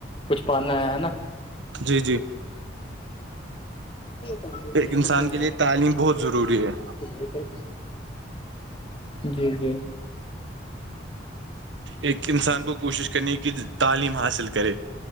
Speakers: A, on the left (about 25°); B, on the right (about 70°).
A: کچھ پاننا ہے ہے نا
B: جی جی
A: کام ہو
B: ایک
A: اس
B: انسان
A: پھر
B: کے لیے تعلیم بہت ضروری ہے
A: بی جی جی
B: ایک انسان کو کوشش کرنی ہے کہ تعلیم حاصل کرے